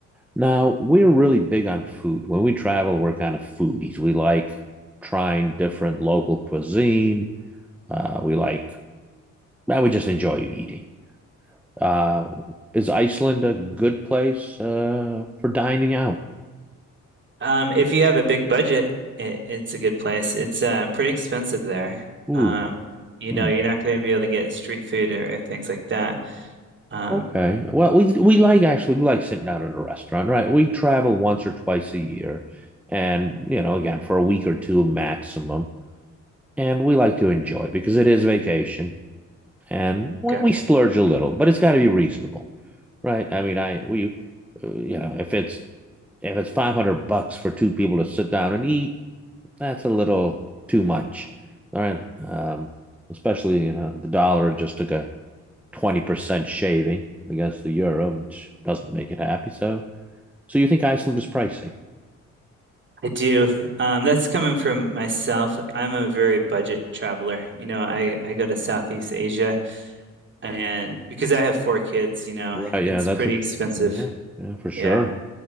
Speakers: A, in the centre; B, on the right.
A: Now, we're really big on food. When we travel, we're kind of foodies. We like trying different local cuisine. Uh, we like, now we just enjoy eating. Uh, is Iceland a good place uh, for dining out?
B: Um, if you have a big budget, it, it's a good place. It's uh, pretty expensive there.
A: Ooh,
B: Um, you
A: hmm.
B: know, you're not going to be able to get street food or, or things like that. Um,
A: okay. Well, we we like actually we like sitting down at a restaurant, right? We travel once or twice a year, and you know, again for a week or two maximum, and we like to enjoy because it is vacation, and we,
B: Okay.
A: we splurge a little, but it's got to be reasonable. Right. I mean, I we, uh, you know, if it's if it's five hundred bucks for two people to sit down and eat, that's a little too much. All right. Um, especially you know the dollar just took a twenty percent shaving against the euro, which doesn't make it happy. So, so you think Iceland is pricey?
B: I do. Um, that's coming from myself. I'm a very budget traveler. You know, I, I go to Southeast Asia, and because I have four kids, you know,
A: Right.
B: it's
A: Yeah. That's
B: pretty
A: a,
B: expensive.
A: yeah. Yeah. For sure.
B: Yeah.